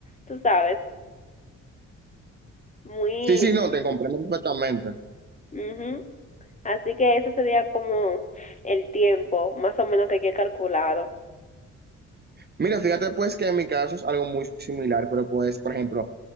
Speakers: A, on the left; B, on the right.
A: tú sabes, muy...
B: Sí, sí, no, te comprendo perfectamente.
A: ujú. Así que eso sería como el tiempo, más o menos que yo he calculado.
B: Mira, fíjate pues que en mi caso es algo muy similar, pero pues, por ejemplo,